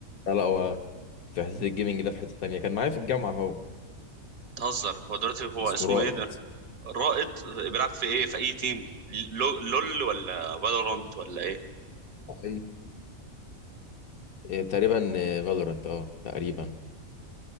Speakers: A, on the left (about 85°); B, on the right (about 80°).
A: لا لا هو في حته الجيمنج ده في حته تانية كان معايا في الجامعه اهو
B: تهزر هو دلوقتي هو
A: اسمه
B: اسمه
A: رائد
B: ايه ده رائد بيلعب في ايه في اي تيم لو- لول ولا فالورانت ولا ايه
A: أي- إيه، تقريبا فالورانت اه تقريبا